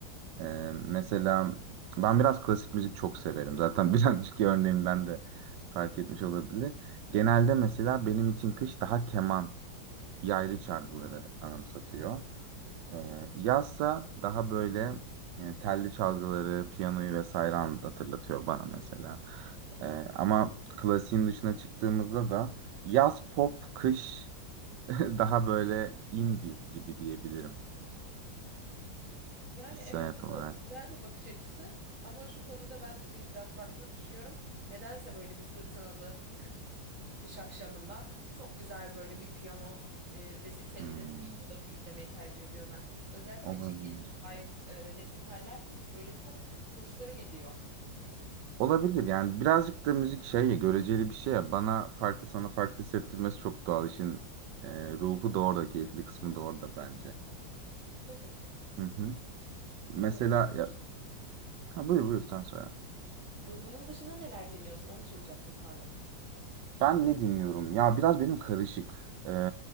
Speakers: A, on the right (about 70°); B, on the right (about 40°).
A: Eee, mesela ben biraz klasik müzik çok severim. Zaten <laughs> birazcık örneğimden de fark etmiş olabilir. Genelde mesela benim için kış daha keman, yaylı çalgıları anımsatıyor. Ee, yazsa daha böyle e, telli çalgıları, piyanoyu vesaire an- hatırlatıyor bana mesela. Ee, ama klasiğin dışına çıktığımızda da yaz pop, kış <laughs> daha böyle indie gibi diyebilirim
B: Yani
A: hissiyat
B: evet bu
A: olarak.
B: da güzel bir bakış açısı ama şu konuda ben de, e, biraz farklı düşünüyorum. Nedense böyle bir fırtınalı <clears throat> kış akşamında çok güzel böyle bir piyano e, resitalinin
A: Hmm,
B: videolarını izlemeyi tercih ediyorum ben. Özellikle
A: olabilir.
B: çekilmiş live e, resitaller böyle çok hoşuma gidiyor.
A: Olabilir yani birazcık da müzik şey ya göreceli bir şey ya bana farklı sana farklı hissettirmesi çok doğal işin e, ruhu da orada keyifli kısmı da orada bence.
B: Tabii.
A: Hı hı. Mesela
B: E, bunun
A: ya ha, buyur buyur sen söyle.
B: E, Bunun dışında neler deniyorsun? Onu soracaktım, pardon.
A: Ben ne dinliyorum? Ya biraz benim karışık. Ee,